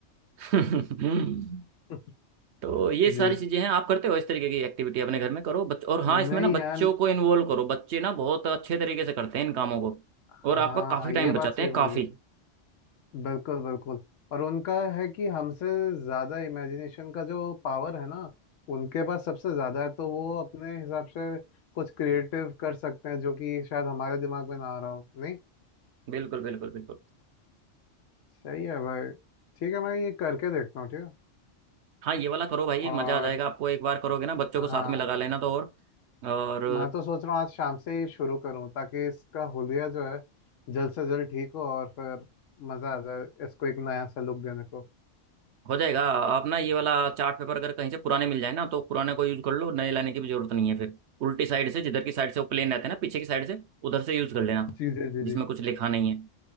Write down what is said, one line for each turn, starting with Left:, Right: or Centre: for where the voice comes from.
Right: <laughs>
Left: <laughs>
Right: तो ये
Left: जी
Right: सारी चीजें हैं आप करते हो इस तरीके की एक्टिविटी अपने घर में करो बच और हाँ
Left: नहीं
Right: इसमें ना बच्चों
Left: यार
Right: को इन्वॉल्व करो बच्चे ना बहुत अच्छे तरीके से करते हैं इन कामों को
Left: हाँ
Right: और आपका काफी टाइम
Left: ये
Right: बचाते
Left: बात सही
Right: हैं
Left: बोली
Right: काफी
Left: बिल्कुल बिल्कुल और उनका है कि हमसे ज्यादा इमेजिनेशन का जो पावर है ना उनके पास सबसे ज्यादा है तो वो अपने हिसाब से कुछ क्रिएटिव कर सकते हैं जो कि शायद हमारे दिमाग में ना आ रहा हो नहीं
Right: बिल्कुल बिल्कुल बिल्कुल
Left: सही है भाई ठीक है मैं ये करके देखता हूँ ठीक है
Right: हाँ ये वाला करो भाई
Left: और
Right: ये मजा आ जाएगा आपको एक बार करोगे ना बच्चों
Left: हाँ
Right: को साथ में लगा लेना तो और और
Left: मैं तो सोच रहा हूँ आज शाम से ही शुरू करूँ ताकि इसका हुलिया जो है जल्द से जल्द ठीक हो और फिर मज़ा आ जाए इसको एक नया सा लुक देने को
Right: हो जाएगा आप ना ये वाला चार्ट पेपर अगर कहीं से पुराने मिल जाए ना तो पुराने को यूज कर लो नए लाने की भी जरूरत नहीं है फिर उल्टी साइड से जिधर की साइड से वो प्लेन रहते हैं ना पीछे की साइड से उधर से यूज कर लेना
Left: जी जी जी
Right: जिसमें
Left: जी
Right: कुछ लिखा नहीं है